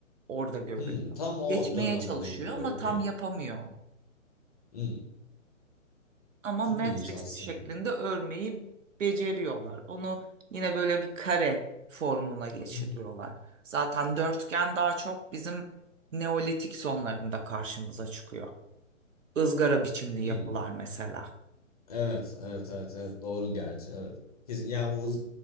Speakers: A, on the right (about 70°); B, on the left (about 30°).
A: orada görülüyor.
B: hmm. Tam o
A: Geçmeye
B: döneme
A: çalışıyor
B: denk geliyor.
A: ama
B: Okey.
A: tam yapamıyor onu.
B: Hmm.
A: Ama
B: Çok
A: Matrix
B: ilginç aslında.
A: şeklinde örmeyi beceriyorlar. Onu yine böyle bir kare formuna geçiriyorlar.
B: <laughs>
A: Zaten dörtgen daha çok bizim Neolitik sonlarında karşımıza çıkıyor. Izgara biçimli
B: Hmm.
A: yapılar mesela.
B: Evet, evet, evet, evet. Doğru gerçi, evet. Kesin, yani bu ız-